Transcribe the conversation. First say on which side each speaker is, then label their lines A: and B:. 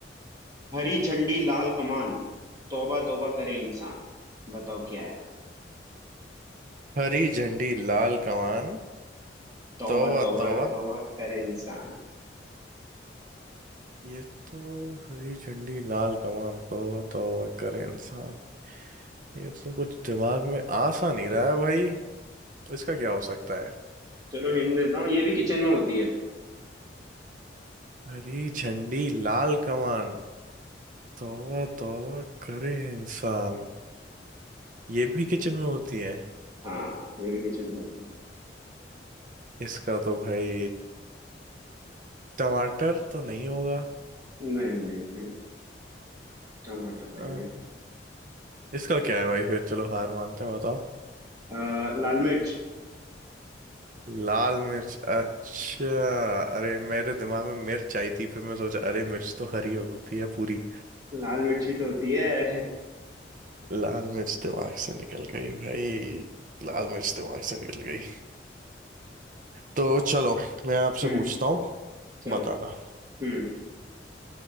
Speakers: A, on the right; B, on the right.
A: हरी झंडी लाल कमान तौबा तौबा करे इंसान बताओ क्या है
B: हरी झंडी लाल कमान
A: तौबा
B: तौबा
A: तौबा
B: तौबा
A: तौबा करे इंसान
B: ये तो हरी झंडी लाल कमान तौबा तौबा करे इंसान ये तो कुछ दिमाग में आ सा नहीं रहा है भाई इसका क्या हो सकता है
A: चलो हिंट देता हूँ ये भी किचन में होती है
B: हरी झंडी लाल कमान तौबा तौबा करे इंसान ये भी किचन में होती है
A: हाँ ये भी किचन में होती है
B: इसका तो भाई टमाटर तो नहीं होगा
A: नहीं नहीं नहीं टमाटर नहीं
B: अ,
A: है
B: इसका क्या है भाई फिर चलो हार मानते हैं बताओ
A: आ, लाल मिर्च
B: लाल मिर्च अच्छा अरे मेरे दिमाग में मिर्च आई थी फिर मैं सोचा अरे मिर्च तो हरी होती है पूरी
A: लाल मिर्च भी तो होती है
B: लाल मिर्च दिमाग से निकल गई भाई लाल मिर्च दिमाग से निकल गई तो चलो मैं आपसे
A: हम्म
B: पूछता हूँ
A: चलो
B: बताना
A: हम्म